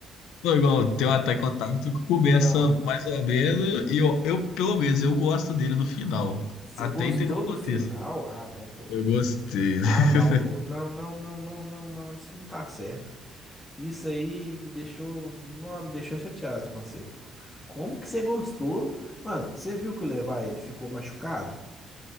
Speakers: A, on the left; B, on the left.
A: Pô, igual tem o Attack on Titan que começa
B: Não.
A: mais ou menos e eu, eu pelo menos eu gosto dele no final
B: Você
A: até
B: gostou
A: entender o contexto
B: do final? Ah, não, pô.
A: Eu gostei.
B: Ah,
A: <laughs>
B: não, pô. Não, não, não, não, não, não. Isso não tá certo. Isso aí me deixou. Não, me deixou chateado com você, pô. Como que você gostou? Mano, você viu que o Levi ele ficou machucado?